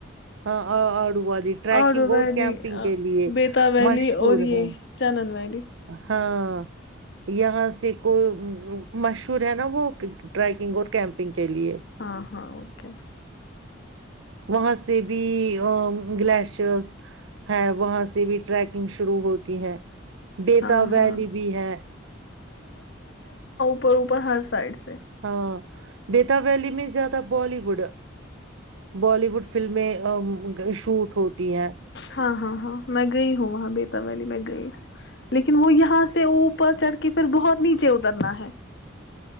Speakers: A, on the right; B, on the left.
A: ہاں آڑو والادی ٹریکنگ
B: آڈو ویلی
A: اور کیمپنگ کے لیے
B: بیتا ویلی
A: مشہور
B: اور یہ
A: ہے ہاں
B: چنن ویلی
A: ہاں یہاں سے کو مشہور ہے نا وہ ٹریکنگ اور کیمپنگ کے لیے
B: ہاں ہاں اوکے
A: وہاں سے بھی گلیشرز ہے وہاں سے بھی ٹریکنگ شروع ہوتی ہے بیتاب
B: ہاں
A: ویلی
B: ہاں
A: بھی ہے
B: اوپروپر ہر سائڈ سے
A: ہاں بیتا ویلی میں زیادہ بالی ووڈ بالی ووڈ فلمیں شوٹ ہوتی ہیں
B: ہاں ہاں ہاں میں گئی ہوں وہاں بیتا ویلی میں گئی ہوں لیکن وہ یہاں سے اوپر چڑھ کے پھر بہت نیچے اترنا ہے